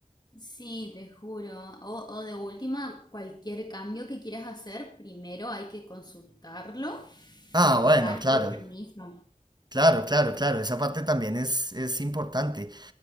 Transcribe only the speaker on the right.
Ah,
bueno, claro,
claro, claro, claro, esa parte también es, es importante.